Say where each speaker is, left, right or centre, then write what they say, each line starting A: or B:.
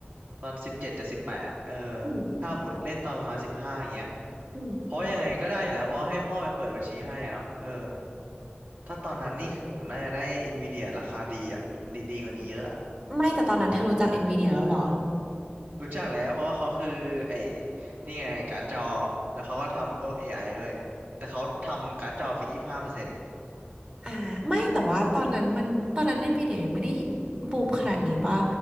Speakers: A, on the right; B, on the right.
A: ตอนสิบเจ็ดจะสิบแปดเออ
B: อืม
A: ถ้าหมดเล่นตอนประมาณสิบห้าอย่างเงี้ย
B: อืม
A: เพราะยังไงก็ได้อยู่แล้ว เพราะให้พ่อไปเปิดบัญชีให้อะเนาะเออ ถ้าตอนนั้นนี่คือผมน่าจะได้ Nvidia ราคาดีอะดีกว่านี้เยอะ
B: ไม่แต่ตอนนั้นเธอรู้จัก NVIDIA แล้วเหรอ
A: รู้จักแล้วเพราะว่าเขาคือไอ้นี่ไงการ์ดจอแล้วเขาก็ทำพวก AI ด้วยไงแต่เขาทำการ์ดจอคือยี่สิบห้าเปอร์เซ็นต์ไง
B: อ่าไม่แต่ว่าตอนนั้นมันตอนนั้น NVIDIA ยังไม่ได้บูมขนาดนี้ป่ะ